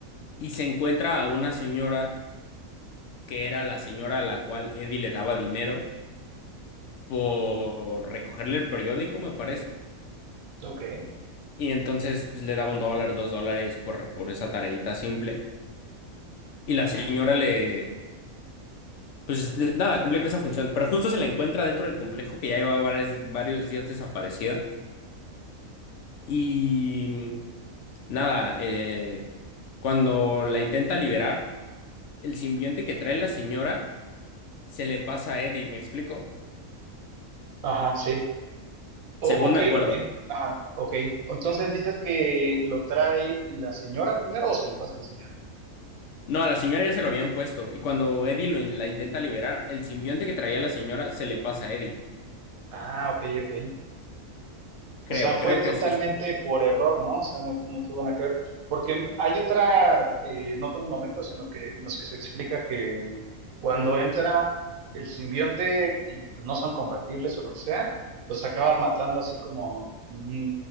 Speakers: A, on the left; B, on the right.
A: y se encuentra a una señora que era la señora a la cual Eddie le daba dinero por recogerle el periódico, me parece.
B: Ok.
A: Y entonces pues, le daba un dólar, dos dólares por, por esa tareita simple. Y la señora le, pues nada, cumple con esa función. Pero justo se la encuentra dentro del complejo que ya lleva varios, varios días desaparecida. Y mm, nada, eh, cuando la intenta liberar, el simbionte que trae la señora se le pasa a Eddie, ¿me explico?
B: Ajá, sí. Oh,
A: Según
B: ok,
A: me
B: eh,
A: acuerdo.
B: ajá, ok. Entonces dices que lo trae la señora primero o se le pasa a la señora.
A: No, a la señora ya se lo habían puesto, y cuando Eddie lo, la intenta liberar, el simbionte que traía la señora se le pasa a Eddie.
B: Ah, ok, ok.
A: Creo,
B: O sea, fue
A: creo
B: totalmente
A: que así es. co-
B: por error, ¿no? O sea, no, no tuvo nada que ver. Porque hay otras, eh, en otros momentos en, lo que, en los que se explica que cuando entra el simbionte y pues, no son compatibles o lo que sea, los acaba matando así como, mm,